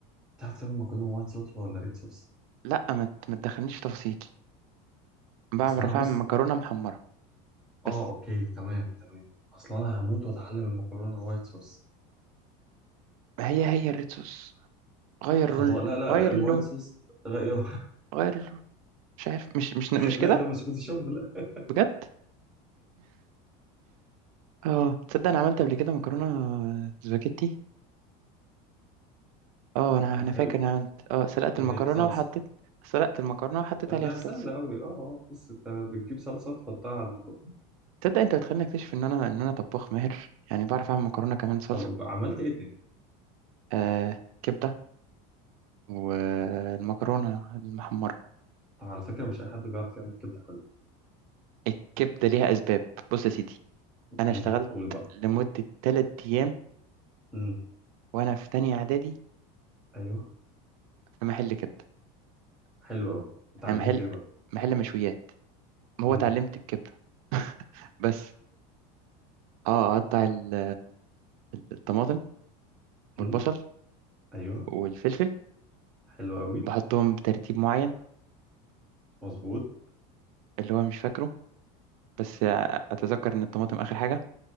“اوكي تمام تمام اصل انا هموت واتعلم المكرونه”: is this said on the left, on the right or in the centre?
Centre